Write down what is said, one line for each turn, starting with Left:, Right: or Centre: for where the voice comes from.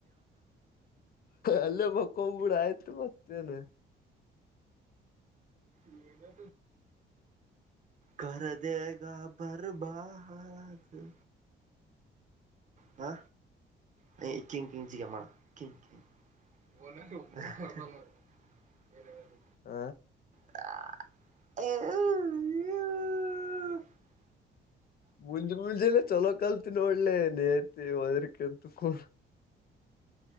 Left: ಅಲ್ಲೇ ಬಕ್ಕೋಗ್ಬಿಡ ಆಯ್ತು ಮತ್ತೇನೆ
Right: ನೀನ ಕದಗಾ ಬರ್ಬಾದ ಹ ಹ ಇಕಿಂಗ ಚಿಗ ಮಾಡ ಹೇಳೇರೆ ಬ <unintelligible>
Left: ಹ
Right: ಹ
Left: ಮುಂಜಿ ಮುಂಜೆಿಲ್ಲ ಚಲೋ ಕಲ್ತ ನ ಒೋಡ್ಲೆೇ ನತ್ ವುದ್ರಕ್ಕೆಂತ ಕೋಡ್